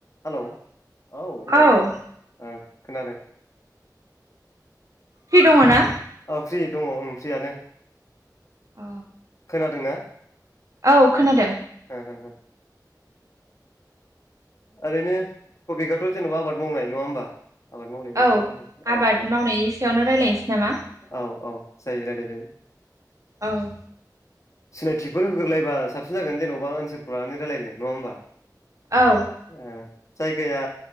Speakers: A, on the left; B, on the right.
A: Hello औ hello
B: औ
A: ओ खोनादों?
B: फ्रि दङ' ना?
A: ओ फ्रि दङ' ओं फ्रियानो।
B: अ।
A: खोदोंना?
B: औ खोनादों।
A: <unintelligible> ओरैनो थ'बिखआथ' जेनेबा आबाद मावनाय नङा होमबा? आबाद मावनायनि
B: औ
A: सायाव रायलायनो
B: आबाद
A: औ औ
B: मावनायनि सायावनो रायलायनोसै नामा?
A: औ औ जायो रायलायजायो।
B: औ।
A: सिनायथिफोर होग्रोलायबा साबसिन जागोन जेन'बा ओनसोलखौ लानानै रायलायनो नङा होमबा?
B: औ
A: ओ। जायगाया